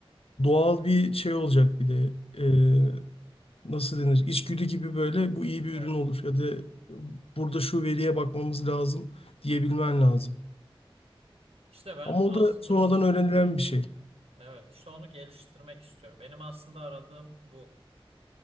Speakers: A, on the left; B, on the right.
A: doğal bir şey olacak bir de. E, nasıl denir içgüdü gibi böyle bu iyi bir
B: Evet.
A: ürün olur ya da burada şu veriye bakmamız lazım diyebilmen lazım.
B: İşte ben
A: Ama o
B: aslında
A: da sonradan
B: onu
A: öğrenilen
B: ge- geliş
A: bir şey.
B: evet. Evet, işte onu geliştirmek istiyorum. Benim aslında aradığım bu